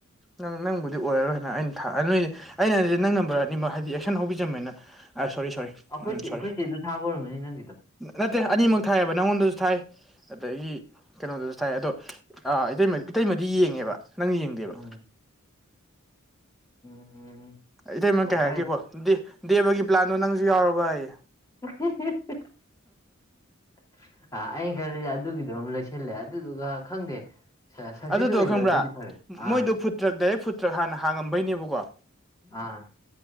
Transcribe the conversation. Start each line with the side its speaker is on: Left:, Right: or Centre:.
Centre: ꯅꯪ ꯅꯪꯕꯨꯗꯤ ꯑꯣꯏꯔꯔꯣꯏꯅ ꯑꯩꯅ ꯑꯗꯨ ꯅꯣꯏꯗꯤ ꯑꯩꯅ ꯍꯥꯏꯗꯤ ꯅꯪ ꯅꯝꯕꯔ ꯑꯅꯤꯃꯛ ꯍꯥꯏꯗꯤ ꯑꯦꯛꯁꯟ ꯍꯧꯕꯤꯖꯝꯅ ꯑ ꯁꯣꯔꯤ ꯁꯣꯔꯤ
Left: ꯑꯩꯈꯣꯏꯆꯦ
Centre: ꯎꯝ ꯁꯣꯔꯤ
Left: ꯑꯩꯈꯣꯏ ꯆꯦꯗꯣ ꯊꯥꯕ ꯑꯣꯏꯔꯝꯒꯅꯤ ꯅꯪꯒꯤꯗꯣ
Centre: ꯅꯠꯇꯦ ꯑꯅꯤꯃꯛ ꯊꯥꯏꯑꯦꯕ ꯅꯪꯉꯣꯟꯗꯁꯨ ꯊꯥꯏ ꯑꯗꯒꯤ ꯀꯩꯅꯣꯗꯨꯁꯨ ꯊꯥꯏ ꯑꯗꯣ ꯑ ꯏꯇꯩꯃꯗꯤ ꯌꯦꯡꯉꯦꯕ ꯅꯪ ꯌꯦꯡꯗꯦꯕ
Left: ꯎꯝ ꯎꯝ
Centre: ꯏꯇꯩꯃ
Left: ꯑꯣ
Centre: ꯀꯩ ꯍꯥꯏꯔꯛꯀꯦꯕꯣ
Left: ꯑꯩ
Centre: ꯗꯦꯕꯒꯤ ꯄ꯭ꯂꯥꯟꯗꯣ ꯅꯪꯁꯨ ꯌꯥꯎꯔꯕꯌꯦ
Left: ꯍ <unintelligible> ꯑ ꯑꯩ ꯈꯜꯂꯤ ꯑꯗꯨꯒꯤꯗꯨꯝ ꯂꯩꯁꯤꯜꯂꯦ ꯑꯗꯨꯗꯨꯒ ꯈꯪꯗꯦ ꯁꯛꯁꯦꯁ
Centre: ꯑꯗꯨꯗꯣ
Left: ꯑꯣꯏꯗ꯭ꯔꯕꯨꯗꯤ
Centre: ꯈꯪꯕ꯭ꯔꯥ
Left: ꯐꯔꯦ ꯑꯥ
Centre: ꯃꯣꯏꯗꯣ ꯐꯨꯠꯇ꯭ꯔꯛ ꯗꯥꯏꯔꯦꯛ ꯐꯨꯠꯇ꯭ꯔꯛ ꯍꯥꯟꯅ ꯍꯥꯡꯉꯝꯕꯩꯅꯦꯕꯀꯣ
Left: ꯑꯥ